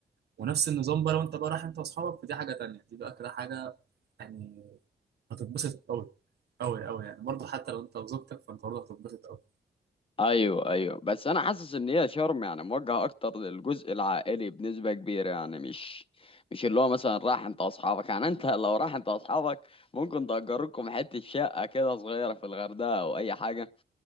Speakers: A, on the right; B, on the left.
A: ونفس النظام بقى لو انت بقى رايح انت واصحابك فدي حاجه تانية دي بقى كده حاجه يعني هتتبسط قوي قوي قوي يعني برضه حتى لو انت وزوجتك فانت برضه هتتبسط قوي
B: ايوه ايوه بس انا حاسس ان هي شرم يعني موجهه اكتر للجزء العائلي بنسبه كبيره يعني مش مش اللي هو مثلا راح انت واصحابك يعني انت لو راح انت واصحابك ممكن تأجر لكم حته شقه كده صغيره في الغردقه او اي حاجه